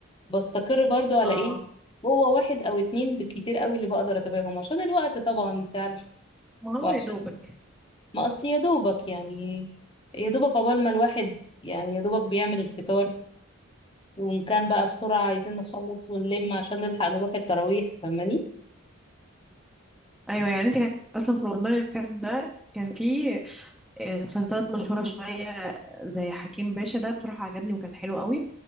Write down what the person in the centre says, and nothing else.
اه
ما هو
يا دوبك
ايوه يعني انت كان اصلا في رمضان اللي فات ده كان في آه، مسلسلات مشهوره شويه زي حكيم باشا ده بصراحه عجبني وكان حلو قوي